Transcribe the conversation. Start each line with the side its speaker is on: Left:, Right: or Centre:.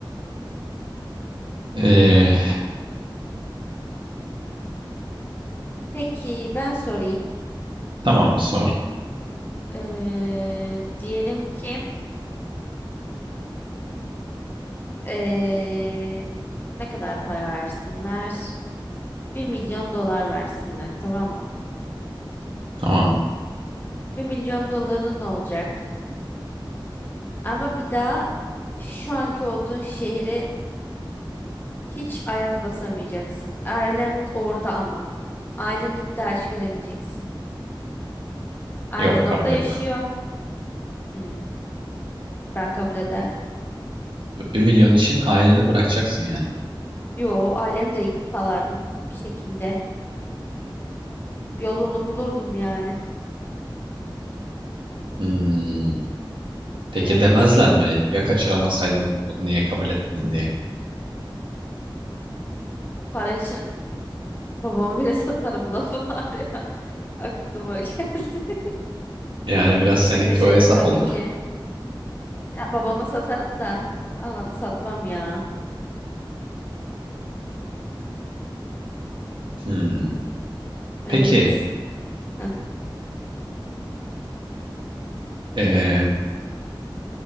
Right: Ee,
Left: Peki ben sorayım.
Right: tamam sor.
Left: Ee, diyelim ki Ee, ne kadar para versinler? Bir milyon dolar versinler, tamam mı?
Right: Tamam.
Left: Bir milyon doların olacak. Ama bir daha şu anki olduğun şehre hiç ayak basamayacaksın. Ailen orada ama. Aileni bir daha hiç göremeyeceksin. Ailen
Right: Yok kabul
Left: orada
Right: etmem.
Left: yaşıyor. Hmm, ben kabul ederdim.
Right: Bir milyon için aileni bırakacaksın yani.
Left: Yo, ailemi de kalardım bir şekilde. Yolunu bulurdum yani.
Right: Hmm. Peki
Left: Evet.
Right: demezler mi ya kaçıramasaydın bunu niye kabul ettin diye?
Left: Para için Babama bile <laughs> satarım lafı var ya. <laughs> Aklıma geldi. <laughs>
Right: Yani biraz seninki
Left: Şaka şaka
Right: o hesap
Left: tabii
Right: oldu.
Left: ki. Ya babama satarım da anamı satmam ya.
Right: Hmm.
Left: Evet.
Right: Peki
Left: Heh.
Right: eee,